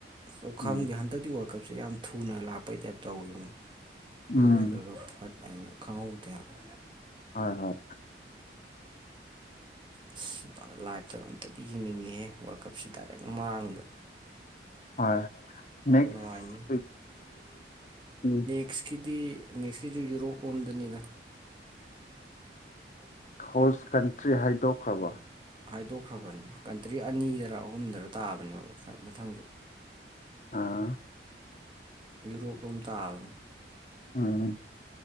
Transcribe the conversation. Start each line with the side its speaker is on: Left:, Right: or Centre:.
Right: ꯑꯗꯨ ꯈꯪꯗꯦ
Left: ꯎꯝ
Right: ꯍꯟꯗꯛꯇꯤ ꯋꯥꯜ ꯀꯞꯁꯦ ꯌꯥꯝ ꯊꯨꯅ ꯂꯥꯛꯄꯩ ꯇꯥꯏꯞ ꯇꯧꯋꯤꯉꯨ ꯂꯣꯏꯈ꯭ꯔꯒ
Left: ꯎꯝ
Right: ꯐꯠ ꯍꯥꯏꯅ ꯈꯪꯍꯧꯗꯦ ꯍꯥꯏꯕ꯫
Left: ꯍꯣꯏ ꯍꯣꯏ
Right: ꯑꯁ ꯂꯥꯏꯞꯇ ꯑꯝꯇꯗꯤ ꯌꯦꯡꯅꯤꯡꯉꯦꯍꯦ ꯋꯥꯜꯀꯞꯁꯦ ꯗꯥꯏꯔꯦꯛ ꯃꯥꯡꯗ꯫
Left: ꯍꯣꯏ ꯅꯦꯛꯁ
Right: ꯅꯨꯡꯉꯥꯏꯅꯤ
Left: <unintelligible>
Right: ꯅꯦꯛꯁꯀꯤꯗꯤ ꯅꯦꯛꯁꯀꯤꯁꯨ ꯌꯨꯔꯣꯞ ꯂꯣꯝꯗꯅꯤꯗ꯫
Left: ꯍꯣꯁ ꯀꯟꯇ꯭ꯔꯤ ꯍꯥꯏꯗꯣꯛꯈ꯭ꯔꯕꯣ?
Right: ꯍꯥꯏꯗꯣꯛꯈ꯭ꯔꯕꯅꯤ ꯀꯟꯇ꯭ꯔꯤ ꯑꯅꯤꯗꯔ ꯑꯍꯨꯝꯗꯔ ꯇꯥꯕꯅꯦꯕ ꯃꯊꯪ ꯃꯊꯪꯁꯨ꯫
Left: ꯑꯥ
Right: ꯌꯨꯔꯣꯞꯂꯣꯝ ꯇꯥꯕꯅꯤ꯫
Left: ꯎꯝ